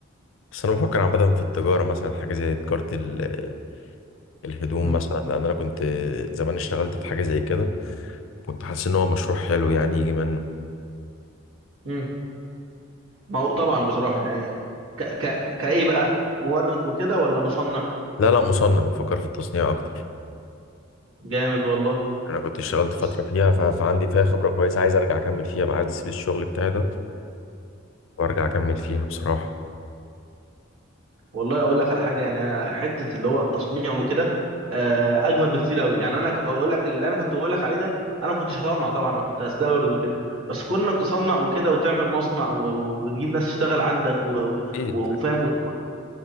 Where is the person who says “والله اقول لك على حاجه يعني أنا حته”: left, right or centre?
Right